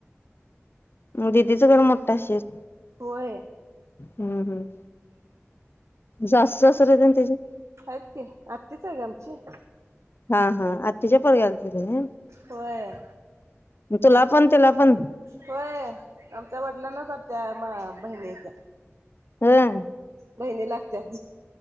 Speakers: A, on the left; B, on the right.
A: दिदीच घर मोट्टा असशेल
B: होय
A: हम्म हम, जास्त <unintelligible>
B: आहेत की आत्तीच आहे ग आमची.
A: हा हा आ <unintelligible>
B: होय.
A: तुला पण त्याला पण
B: होय आमच्या वडिलांनाच आत्या, म बहिणी आहेत्या.
A: हम्म
B: बहिने लागत्याच